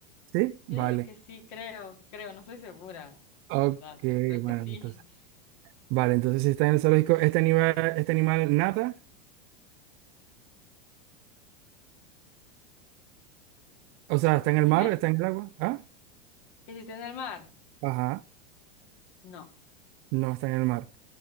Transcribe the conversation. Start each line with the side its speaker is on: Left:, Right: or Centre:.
Right: Sí.
Left: yo
Right: Vale.
Left: diría que sí, creo, creo, no estoy segura,
Right: Ok,
Left: la verdad, pero creo que
Right: bueno,
Left: sí.
Right: entonces.
Left: <laughs>
Right: Vale, entonces si está en el zoológico, este animal, este animal nada, o sea, está en el
Left: Dime,
Right: mar, está en el agua, ¿ah?
Left: ¿que se tiene en el mar?
Right: Ajá,
Left: No.
Right: no está en el mar.